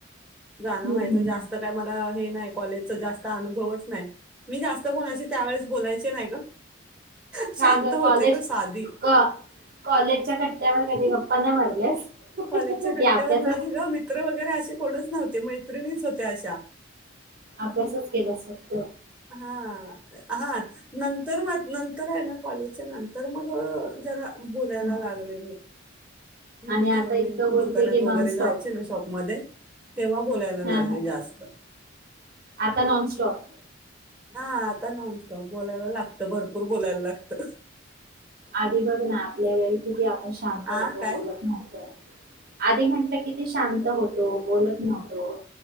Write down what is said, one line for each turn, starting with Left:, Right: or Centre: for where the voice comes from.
Centre: जाणं
Right: हम्म
Centre: व्हायचं जास्त काय मला हे नाही, कॉलेजचा जास्त अनुभवच नाही. मी जास्त कोणाशी त्यावेळेस बोलायचे नाही ग. शांत
Right: का ग,
Centre: होते
Right: कॉलेज
Centre: साधी
Right: कॉ कॉलेजच्या कट्टा कट्यावर कधी गप्पा नाय मारल्यास.
Centre: ते कॉलेजच्या
Right: की
Centre: कट्ट्यावर
Right: अभ्यासच
Centre: नाही ग. मित्र बघ. वगैरे असे कोणच नव्हते, मैत्रिणीच होत्या अशा
Right: अभ्यासच केलास फक्त.
Centre: हा हा नंतर म नंतर आहे ना कॉलेजच्या नंतर मग जरा बोलायला
Right: हा
Centre: लागले मी म्हणजे
Right: आणि
Centre: जेव्हा
Right: आता इतकं
Centre: मी
Right: बोलते
Centre: दुकानात
Right: की नॉनस्टॉप
Centre: वगैरे जायचे ना शॉपमध्येध्ये तेव्हा बोलायला लागले
Right: हा हा
Centre: जास्त
Right: आता नॉनस्टॉप
Centre: हा आता नॉनस्टॉप बोलायला लागत भरपूर बोलायला लागत
Right: आधी बघ ना आपल्या वेळी किती शांत होतो
Centre: आ काय
Right: बोलत नव्हतो आधी म्हटलं किती शांत होतो बोलत नव्हतो